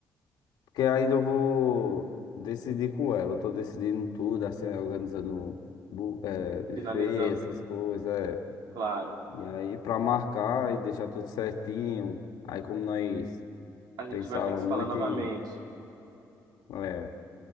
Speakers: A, on the left (about 85°); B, on the right (about 85°).
A: Porque aí eu vou decidir com ela. Eu tô decidindo tudo, assim, organizando bu- é buffet,
B: Finalizando,
A: essas coisas. é.
B: claro.
A: E aí, pra marcar e deixar tudo certinho. Aí, como nós
B: A gente
A: pensava
B: vai ter que se
A: muito
B: falar novamente.
A: em é,